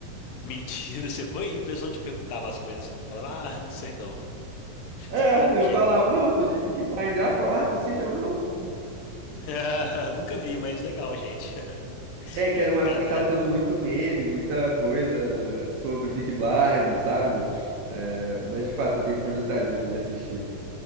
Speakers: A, on the left (about 80°); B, on the right (about 75°).
A: Mentira, você foi e o pessoal te perguntava as coisas, você não falava, ah, não sei não.
B: É,
A: Você falava o quê?
B: eu falava, não, eu tô de Peaky Blinders. Ah, qual- ah, tu assiste ou não?
A: <laughs> nunca vi, mas legal, gente.
B: É,
A: <laughs>
B: que era uma
A: Cara,
B: época que
A: vale
B: tava
A: a
B: tendo
A: pena.
B: muito meme, muita coisa sobre Peaky Blinders, sabe? É, mas de fato, eu tenho curiosidade um dia de assistir.